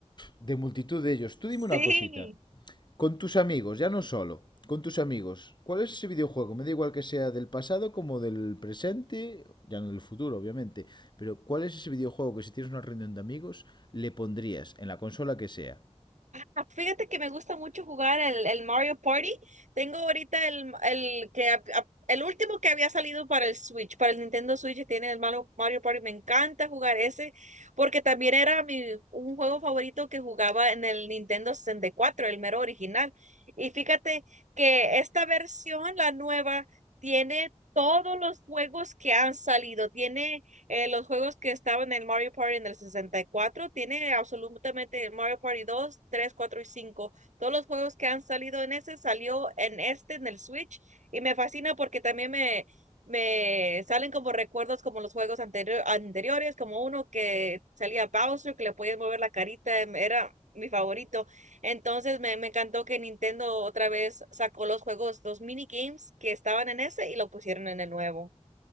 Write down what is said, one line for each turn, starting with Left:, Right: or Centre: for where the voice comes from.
Left: de multitud de ellos. Tú
Right: <laughs>
Left: dime una
Right: sí.
Left: cosita. Con tus amigos, ya no solo. Con tus amigos. ¿Cuál es ese videojuego? Me da igual que sea del pasado como del presente, ya no del futuro, obviamente. Pero ¿cuál es ese videojuego que si tienes una reunión de amigos le pondrías en la consola que sea?
Right: Ah, fíjate que me gusta mucho jugar el, el Mario Party. Tengo ahorita el, el que ap- ap- el último que había salido para el Switch, para el Nintendo Switch, que tiene el Mario, Mario Party. Me encanta jugar ese, porque también era mi, un juego favorito que jugaba en el Nintendo sesenta y cuatro el mero original. Y fíjate que esta versión, la nueva, tiene todos los juegos que han salido. Tiene eh, los juegos que estaban en el Mario Party en el sesenta y cuatro tiene absolutamente el Mario Party dos tres 4 y cinco Todos los juegos que han salido en ese salió en este, en el Switch, y me fascina porque también me, me salen como recuerdos como los juegos anterior, anteriores, como uno que salía Bowser, que le podías mover la carita, em, era mi favorito. Entonces me, me encantó que Nintendo otra vez sacó los juegos, los minigames que estaban en ese y lo pusieron en el nuevo.